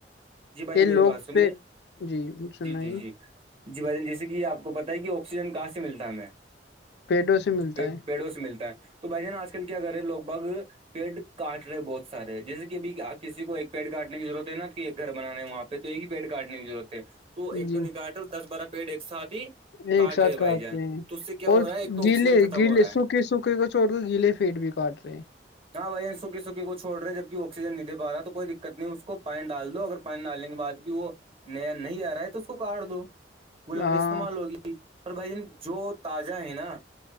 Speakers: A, on the right; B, on the left.
A: جی بھائی
B: یہ
A: جو میری
B: لوگ
A: بات سنیے
B: پہ جی سنائی
A: جی جی جی جی بھائی جیسے کہ آپ کو پتتا ہے کہ آکسیجن کہاں سے ملتا ہے ہمیں
B: پیڑوں سے ملتا
A: پ پیڑوں سے ملتا ہے تو بھائی ج نا آج کل کیا کرے لوگ بھگ پیڑ کاٹ رہے بہت سارے جیسے کہ ابھی کسی کو ایک پیڑ کاٹنے کی ضرورت ہے نا کہ ایک گھر بنانے ہیں وہاںپ پ تو ایک ہی پیڑ کاٹنے کیضرورت ہے تو
B: ہے
A: ایک
B: جی
A: تو نہیں کاٹ رہ دس بارہ پیڑ ایک ساتھ ہی
B: ایک
A: کاٹ
B: ساتھ
A: رہے بھائی
B: کہاتتے
A: جان
B: ہیں
A: تو اس سے کیا ہو
B: اور
A: رہا ہے ایک تو
B: گیلے
A: آکسیجن ختم
B: گیلے
A: ہو رہا
B: سکھ
A: ہے
B: سکے سکے کا چھوڑ کے گیلے فیڈ بھی کاٹ رہے ہیں
A: ہاں ب سکی سکی کو چوڑ رہے ہیں جب ا آکسیجن نہیں دےا رہا تو کوئی دقت نہیں اس کو پانی ڈال دو اگر <unintelligible> پانی ڈالنے کے بعد بھی وہ نیا نہیں آ رہا ہے تو اس کو کاٹ دو وہ لکڑی
B: ہاں
A: استعمال ہوگی پر بھائی جان جو تازہ ہے نا